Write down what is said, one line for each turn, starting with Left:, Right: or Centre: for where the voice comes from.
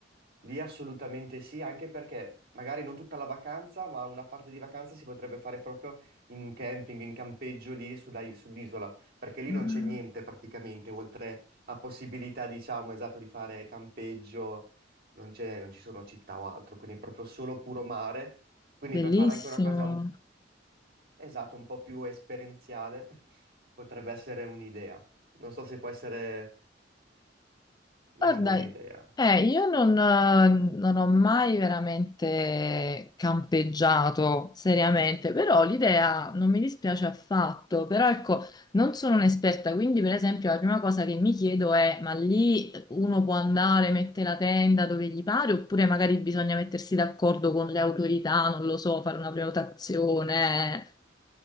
Right: Lì assolutamente sì, anche perché magari non tutta la vacanza, ma una parte di vacanza si potrebbe fare proprio in camping, in campeggio lì sulla is- sull'isola, perché lì
Left: Ah,
Right: non c'è niente praticamente, oltre a possibilità, diciamo, esatto, di fare campeggio, non c'è, non ci sono città o altro, quindi è proprio solo puro mare. Quindi
Left: Bellissimo.
Right: per fare anche una cosa, un- esatto, un po' più esperienziale, <laughs> potrebbe essere un'idea. Non so se può essere una
Left: Guarda,
Right: buona idea.
Left: eh, io non, eh, non ho mai veramente campeggiato seriamente, però l'idea non mi dispiace affatto, però ecco, non sono un'esperta, quindi per esempio la prima cosa che mi chiedo è, ma lì uno può andare, mette la tenda dove gli pare, oppure magari bisogna mettersi d'accordo con le autorità, non lo so, fare una prenotazione,